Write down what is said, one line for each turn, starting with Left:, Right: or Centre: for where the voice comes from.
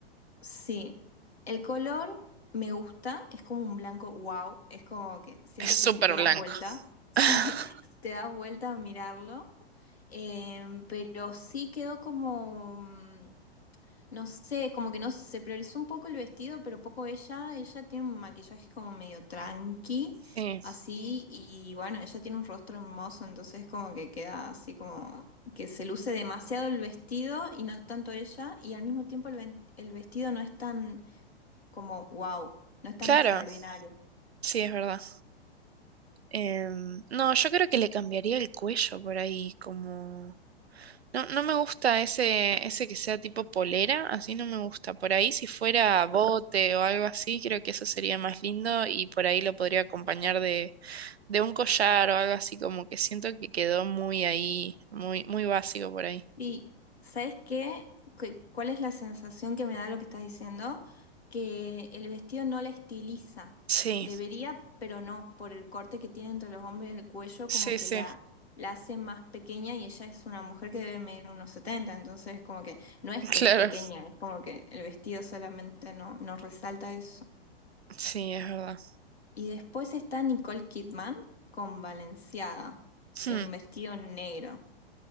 Left: sí, el color me gusta, es como un blanco, wow, es como que siento
Right: es súper
Left: que si te
Right: blanco.
Left: das vuelta, <laughs> sí,
Right: <laughs>
Left: te das vuelta a mirarlo, Em, pero sí quedó como... mm, no sé, es como que no se priorizó un poco el vestido, pero poco ella. Ella tiene un maquillaje como medio tranqui,
Right: Sí,
Left: así, y bueno, ella tiene un rostro hermoso, entonces como que queda así como que se luce demasiado el vestido y no tanto ella, y al mismo tiempo el, ven- el vestido no es tan como wow, no es tan
Right: claro,
Left: extraordinario.
Right: sí, es verdad. Em, no, yo creo que le cambiaría el cuello por ahí, como... No, no me gusta ese, ese que sea tipo polera, así no me gusta. Por ahí si fuera bote o algo así, creo que eso sería más lindo y por ahí lo podría acompañar de, de un collar o algo así, como que siento que quedó muy ahí, muy, muy básico por ahí.
Left: Y, ¿sabes qué? Cu- ¿Cuál es la sensación que me da lo que estás diciendo? Que el vestido no la estiliza.
Right: Sí,
Left: Debería, pero no, por el corte que tiene entre los hombros y el cuello,
Right: sí,
Left: como que
Right: sí,
Left: la, la hace más pequeña y ella es una mujer que debe medir unos 70, entonces como que no es
Right: <laughs>
Left: que es pequeña,
Right: claro,
Left: es como que el vestido solamente no, no resalta eso.
Right: sí, es verdad.
Left: Y después está Nicole Kidman con Balenciaga,
Right: Hmm.
Left: en un vestido negro.